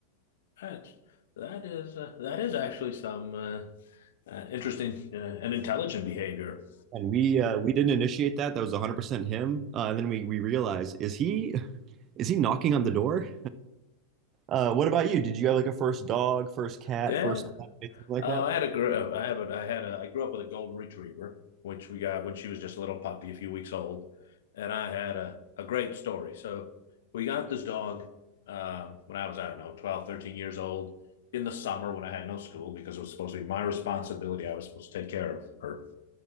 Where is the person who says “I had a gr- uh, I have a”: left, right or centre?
Left